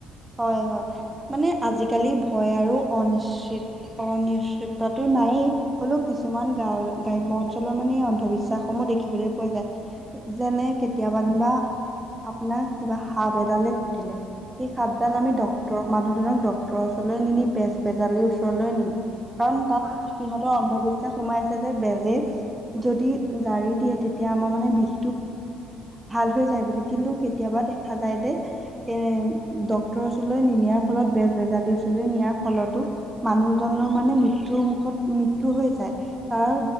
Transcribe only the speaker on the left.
বিলাক
হয়
হয় হয়
অ
হয়